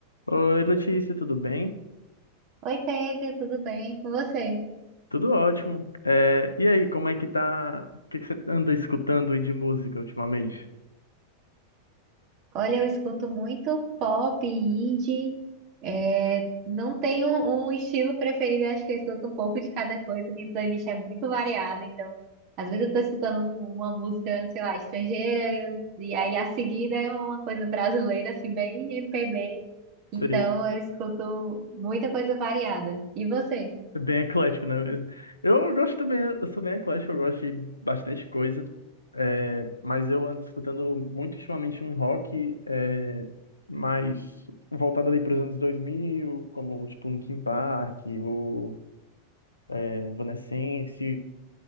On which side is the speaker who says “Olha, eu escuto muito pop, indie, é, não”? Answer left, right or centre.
Right